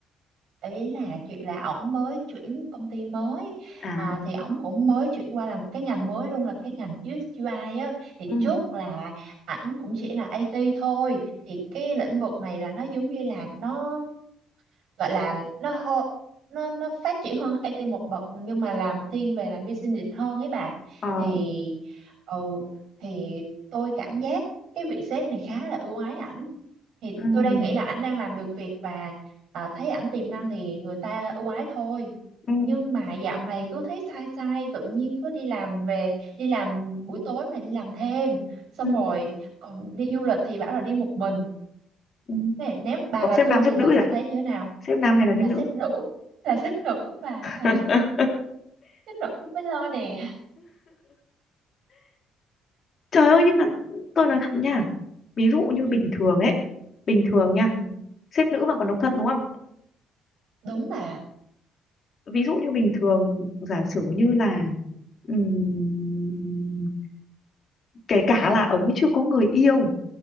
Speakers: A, on the right; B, on the left.
A: ý là chuyện là ổng mới chuyển công ty mới
B: à
A: Ờ, thì ổng cũng mới chuyển qua làm một cái ngành mới luôn là cái ngành UX UI á thì
B: ừ
A: trước là ảnh cũng chỉ là AT thôi thì cái lĩnh vực này là nó giống như là nó gọi là nó hô, nó nó phát triển hơn IT một bậc nhưng mà làm thiên về làm business hơn ấy bà
B: ờ
A: thì ừ thì tôi cảm giác cái vị sếp này khá là ưu ái ảnh thì
B: ừ
A: tôi đang nghĩ là ảnh đang làm được việc và à, thấy ảnh tiềm năng thì người ta ưu ái thôi
B: ừ
A: nhưng mà dạo này cứ thấy sai sai tự nhiên cứ đi làm về đi làm buổi tối mà đi làm thêm xong
B: ừ
A: rồi còn đi du lịch thì bảo là đi một mình
B: ừ.
A: nè nếu bà
B: có
A: là
B: xếp
A: tôi
B: nam
A: thì
B: xếp nữ
A: bà sẽ
B: rồi à?
A: thấy như thế nào
B: xếp nam hay là
A: là
B: xếp nữ
A: xếp đủ là xếp đủ và <laughs>
B: <laughs>
A: xếp đủ tôi mới lo nè
B: Trời ơi
A: ừ,
B: nhưng mà tôi nói thật nha Ví dụ như
A: ừ,
B: bình thường ấy Bình thường nha
A: ừ.
B: xếp nữ mà còn độc thân đúng không
A: đúng bà
B: Ví dụ như bình thường giả sử như là ừm, Kể cả là ông ấy chưa có người yêu